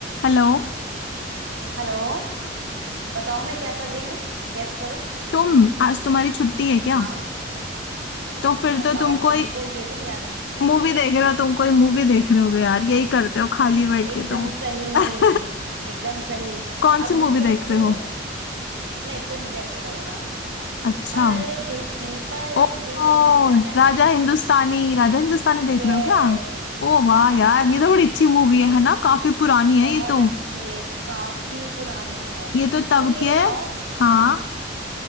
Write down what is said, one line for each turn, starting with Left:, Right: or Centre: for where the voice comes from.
Left: Hello
Right: Hello बताओ मैं क्या कर रही हूँ गेस करो
Left: तुम आज तुम्हारी छुट्टी है क्या
Right: हाँ
Left: तो फिर
Right: बताओ
Left: तो तुम कोई
Right: तुमको ये भी नहीं याद
Left: मूवी देख रहे हो तुम कोई मूवी देख रहे होगे यार यही करते हो खाली बैठ
Right: एकदम
Left: के तुम
Right: सही
Left: <laughs>
Right: एकदम सही
Left: कौन
Right: अब
Left: सी मूवी
Right: ये गेस
Left: देख रहे
Right: करो
Left: हो
Right: नहीं तुम गेस करो ना
Left: अच्छा
Right: परदेसी परदेसी
Left: ओ, ओ
Right: जाना
Left: राजा
Right: नहीं
Left: हिंदुस्तानी राजा हिंदुस्तानी
Right: यस
Left: देख रहे हो क्या ओ
Right: हाँ
Left: वाह यार
Right: हाँ
Left: ये तो बड़ी अच्छी मूवी है है ना काफी पुरानी
Right: बहुत
Left: है ये तो
Right: अच्छी है काफी पुरानी है
Left: ये तो तब
Right: तुम ये
Left: के
Right: बताओ
Left: हाँ